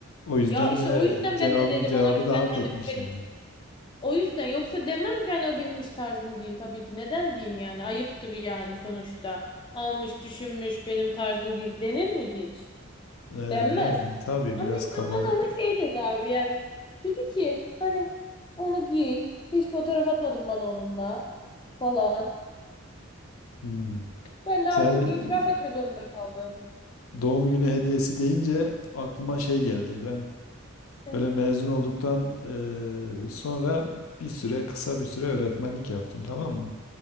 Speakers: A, on the left; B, on the left.
A: O yüzden
B: Ya işte
A: de
B: o yüzden
A: cevabı,
B: ben de dedim
A: cevabı
B: ona ki
A: da
B: ben
A: hak
B: hani
A: etmiş
B: bu benim
A: yani.
B: iş. O yüzden yoksa demem ki hani o benim iş tarzım değil tabii ki. Neden diyeyim yani? Ayıptır yani sonuçta. Almış, düşünmüş benim tarzım değil denir mi hiç?
A: E,
B: Denmez.
A: yani tabii
B: Ama
A: biraz
B: işte
A: kabalık
B: o bana ona
A: o.
B: şey dedi abi yani. Dedi ki hani onu giy. Hiç fotoğraf atmadın bana onunla falan.
A: Hmm.
B: Ben de
A: Sen
B: artık itiraf etme zorunda kaldım.
A: doğum günü hediyesi deyince aklıma şey geldi. Ben
B: E,
A: Böyle mezun olduktan eee, sonra bir süre kısa bir süre öğretmenlik yaptım tamam mı?